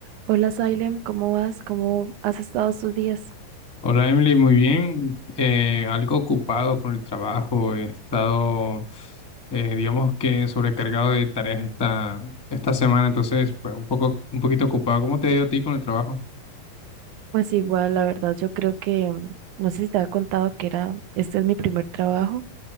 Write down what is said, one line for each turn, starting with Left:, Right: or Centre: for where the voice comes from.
Right: Hola, Salem, ¿cómo vas? ¿Cómo has estado estos días?
Left: Hola Emily, muy bien. Eh, algo ocupado con el trabajo. He estado, eh, digamos que sobrecargado de tareas esta, esta semana, entonces, pues un poco, un poquito ocupado. ¿Cómo te ha ido a ti con el trabajo?
Right: Pues igual, la verdad, yo creo que, mm, no sé si te había contado que era, este es mi primer trabajo,